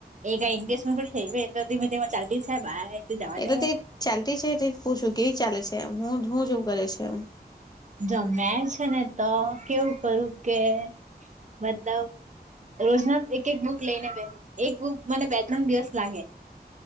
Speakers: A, on the right (about 45°); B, on the left (about 25°).
A: એ કઈ એક દિવસ માં થોડી થાય <unintelligible> તો ધીમે ધીમે ચાલતી છે બાય તો જવા
B: એટલે
A: દે
B: તે ચાલતી છે તે પૂછું કેવી ચાલે છે હું હું જેવું કરે છે એમ.
A: જો મે છે ને તો કેવું કરું કે મતલબ રોજના એક એક બુક લઈને બેહું એક બુક મને બે ત્રણ દિવસ લાગે.